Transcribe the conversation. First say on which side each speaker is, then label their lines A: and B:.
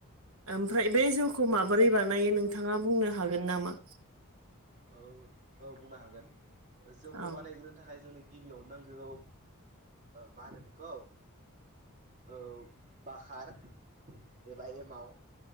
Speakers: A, on the right; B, on the right.
A: ओमफ्राय बे जौखौ माबोरै बानायो नोंथाङा बुंनो हागोन नामा?
B: औ औ बुंनो हागोन जौखौ
A: औ
B: बानायग्रोनो थाखाय जोंनो गिब बियावनो नांगौ ओ मा होनो बिखौ। औ बाखार एबा एमाव